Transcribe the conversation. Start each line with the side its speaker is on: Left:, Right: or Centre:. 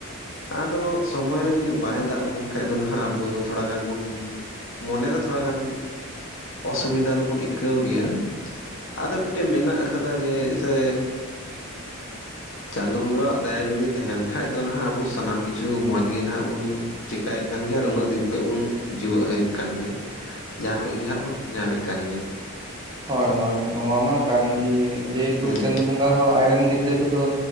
Left: ᱟᱫᱚ ᱥᱚᱢᱚᱭ ᱨᱮ ᱡᱩᱫᱤ ᱵᱟᱭ ᱫᱟᱜ ᱟᱵᱚᱱ ᱠᱷᱟᱡ ᱫᱚ ᱱᱟᱦᱟᱸᱜ ᱟᱵᱚ ᱫᱚ ᱛᱷᱚᱲᱟ ᱜᱟᱱ ᱵᱚᱱ ᱢᱚᱱᱮ ᱨᱮ ᱛᱷᱚᱲᱟ ᱜᱟᱱ ᱚᱥᱩᱵᱤᱫᱟ ᱫᱚᱵᱚᱱ ᱟᱹᱭᱠᱟᱹᱣ ᱜᱮᱭᱟ ᱾ ᱟᱫᱚ ᱢᱤᱫᱴᱮᱱ ᱢᱮᱱᱟᱜ ᱟᱠᱟᱫᱟ ᱡᱮ ᱥᱮ ᱪᱟᱸᱫᱚ ᱵᱚᱸᱜᱟᱣᱟᱜ ᱫᱟᱭᱟ ᱡᱩᱫᱤ ᱛᱟᱦᱮᱱ ᱠᱷᱟᱡ ᱫᱚ ᱱᱟᱦᱜ ᱟᱵᱚ ᱥᱟᱱᱟᱢ ᱠᱤᱪᱷᱩ ᱢᱚᱡᱽ ᱜᱮ ᱱᱟᱦᱜ ᱵᱚᱱ ᱪᱮᱠᱟᱭᱮᱫ ᱠᱟᱱ ᱜᱮᱭᱟ ᱟᱨ ᱩᱱᱟᱹᱜ ᱫᱤᱱ ᱠᱷᱚᱱ ᱵᱚᱱ ᱡᱤᱣᱮᱫ ᱦᱮᱡ ᱠᱟᱱ ᱜᱮᱭᱟ ᱾ ᱡᱟᱦᱟᱸ ᱠᱷᱚᱡ ᱜᱮ ᱦᱟᱸᱜ ᱵᱚᱱ ᱧᱟᱢᱮᱫ ᱠᱟᱱ ᱜᱮᱭᱟ ᱾
Right: ᱦᱳᱭ ᱦᱳᱭ, ᱱᱚᱣᱟ ᱢᱟ ᱠᱟᱱ ᱜᱮ, ᱡᱮᱦᱮᱛᱩ
Left: ᱦᱩᱸ
Right: ᱪᱟᱸᱫᱩ ᱵᱚᱸᱜᱟ ᱦᱚᱸ ᱟᱡ ᱨᱮᱱ ᱜᱤᱫᱽᱨᱟᱹ ᱠᱚᱫᱚ